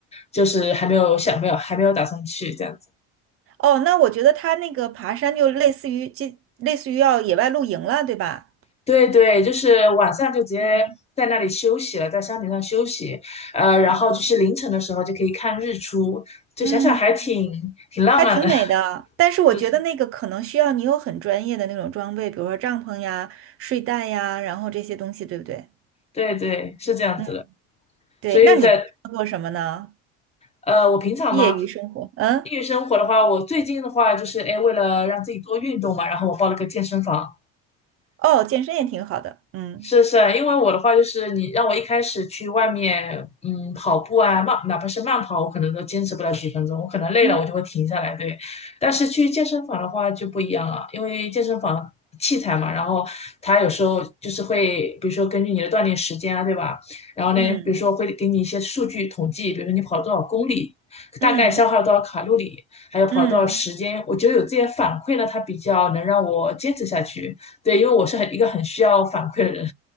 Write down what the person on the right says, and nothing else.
哦，那我觉得他那个爬山就类似于这，类似于要野外露营了，对吧？
嗯，
啊，
嗯，还挺美的。但是我觉得那个可能需要你有很专业的那种装备，
比如说帐篷呀、睡袋呀，然后这些东西，对不对？
嗯，对。
那你平常做什么呢？
业余生活，嗯，
哦，健身也挺好的，嗯。
嗯。
嗯
嗯
嗯，